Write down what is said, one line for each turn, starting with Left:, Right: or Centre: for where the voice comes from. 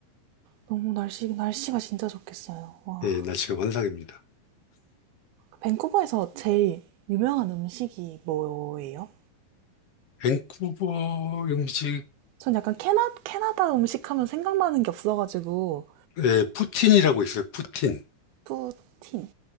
Right: 너무 날씨, 날씨가 진짜 좋겠어요. 와.
Left: 예, 날씨가 환상입니다.
Right: 밴쿠버에서 제일 유명한 음식이 뭐예요?
Left: 밴쿠버 음식은
Right: 전 약간 캐나, 캐나다 음식 하면 생각나는 게 없어가지고,
Left: 예, 푸틴이라고 있어요. 푸틴.
Right: 푸틴.